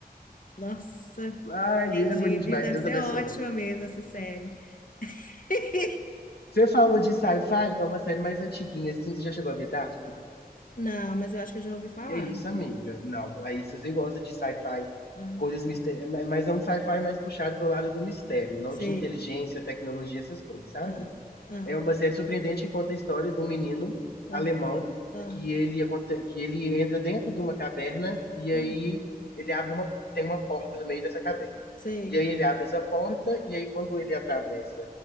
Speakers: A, on the left; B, on the left.
A: Nossa,
B: Ai,
A: entendi,
B: ele é bonito
A: viu?
B: demais,
A: Deve
B: Deus
A: ser
B: abençoa.
A: ótima mesmo essa série. <laughs>
B: Você falou de sci-fi, é uma série mais antiguinha, assim, você já chegou a ver Dark?
A: Não, mas eu acho que eu já ouvi falar.
B: Que é isso, amiga? Não, aí se você gosta de sci-fi,
A: Ah,
B: coisas mistérios, mas é um sci-fi mais puxado pelo lado do mistério, não
A: sei.
B: de inteligência, tecnologia, essas coisas, sabe?
A: Ah, ah,
B: É uma série surpreendente que conta a história de um menino
A: ah,
B: alemão
A: ah,
B: que ele, aconte- que ele entra dentro de uma caverna e
A: ah,
B: aí ele abre uma, tem uma porta no meio dessa caverna.
A: sei.
B: E aí ele abre essa porta e aí quando ele atravessa